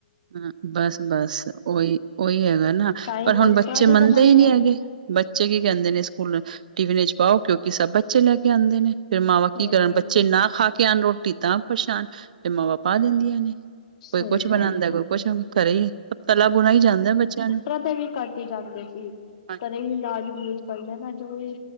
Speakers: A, on the right; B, on the left.
A: ਹ ਬਸ ਬਸ ਉਹੀ ਉਹੀ ਹੈਗਾ ਨਾ
B: ਤਾਂ ਹੀ
A: ਪਰ ਹੁਣ
B: ਡਾਕਟਰਾਂ
A: ਬੱਚੇ
B: ਦੀ
A: ਮੰਨਦੇ
B: ਕਮਾਈਆਂ
A: ਹੀ ਨਹੀਂੀ
B: ਹੈਗੀਆਂ
A: ਹੈਗੇ ਬੱਚੇ ਕੀ ਕਹਿੰਦੇ ਨੇ ਸਕੂਲ ਟੀਵਨ ਚ ਪਾਓ ਕਿਉਂਕਿ ਸਭ ਬੱਚੇ ਲੈ ਕੇ ਆਉਂਦੇ ਨੇ ਫਿਰ ਮਾਵਾਂ
B: ਸਹੀ
A: ਕੀ ਕਰਨ
B: ਗੱਲ
A: ਬੱਚੇ
B: ਹੈ
A: ਨਾ ਖਾ ਕੇ ਆਉਣ ਰੋਟੀ ਤਾਂ ਪਰੇਛਾਣ ਫਿਰ ਮਾਵਾਂ ਪਾ ਦਿੰਦੀਆਂ ਨੇ
B: ਸਹੀ
A: ਕੋਈ ਕੁਛ ਬਣਾਉਂਦਾ
B: ਗੱਲ
A: ਕੋਈ
B: ਆ
A: ਕੁਛ ਕਰੇ ਹੀ ਤਲਾ ਬੁਣਾ ਹੀ ਜਾਂਦਾ ਬੱਚਿਆਂ ਨੂੰ
B: ਫਿਰ ਵੀ ਘੱਟ ਹੀ ਜਾਂਦੇ ਨੇ ਜੀ
A: ਹਾਂਜੀ
B: ਘਰੇ ਹੀ ਇਲਾਜ ਲੂਜ ਕਰ ਲਈਦਾ ਜੇ ਕੋਈ